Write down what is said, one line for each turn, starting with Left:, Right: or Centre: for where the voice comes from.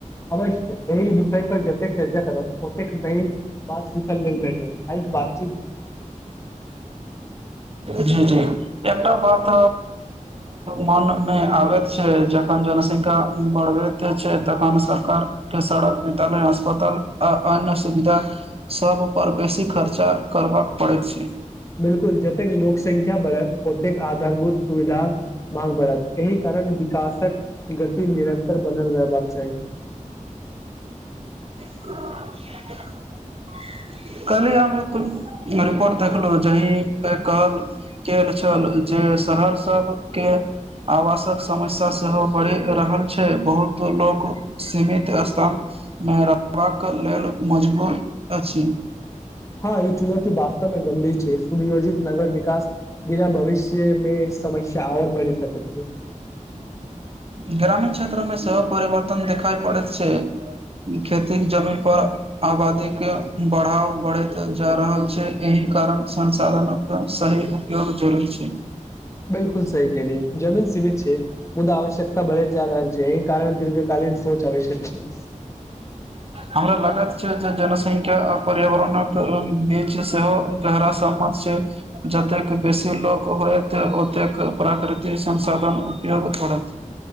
Left: अवश्य एहि विषय पर जेतय चर्चा करब ओतेक न बात सिखल लेल भटल आई केबात
Right: जी जी एकटा बात मन मे आबैत छै जखन जनसंख्या बढ़ करते छै तखन सरकार के सड़क विद्यालय अस्पताल आ अन्य सुविधा सब पर बेसी खर्चा करबाक पड़ैय छै
Left: बिल्कुल जतेक लोक संंख्या बढ़त ओतेक आधारभूत सुविधा मांग बढ़त एहि कारण विकासक गति निरन्तर बनल रहबाक चाही
Right: <unintelligible> काल्हि हम एक रिपोर्ट देखलहुँ जाहिके कहल गेल छन जे सहरसा के आवासक समस्या सेहो बढ़ि रहल छै बहुत लोक सीमित स्थान मेराबाक लेल मजबूर अछि
Left: हाँ ई चुनौती वास्तवमे गंभीर छै नियोजित नगर विकास बिना भविष्य मे समस्या आ ओर बढ़ि सकैत छै <inaudible>
Right: ग्रामीण क्षेत्रमे सेहो परिवर्तन देखाई पड़ैत छै खेती जमीन पर आबादी के बढ़ाव बढ़ैत जा रहल छै एहि कारण संसाधनक सही उपयोग जलैत छै
Left: बिल्कुल सही कलियै जमीन सीमित छै मुदा आवश्यकता बढ़ैत जा रहल छै एहि कारण दीर्घ कालीन सोच आबशयक छै
Right: हमरा लागत छै जे जनसंख्या आ पर्यावरणक बीच सेहो एक हरास छै जतेक बेसी लोक होयत ओतेक प्राकृतिक संसाधन उपयोग हो तुरत